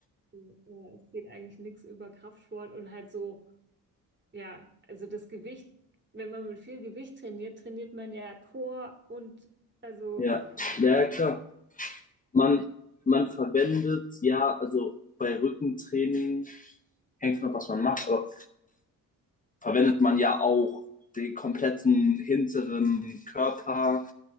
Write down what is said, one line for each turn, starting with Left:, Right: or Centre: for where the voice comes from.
Right: Äh, Es geht eigentlich nichts über Kraftsport und halt so, ja, also das Gewicht, wenn man mit viel Gewicht trainiert, trainiert man ja Core und also,
Left: ja, ja, klar. Man, man verwendet, ja, also bei Rückentraining hängt noch was man macht, aber verwendet man ja auch den kompletten hinteren Körper.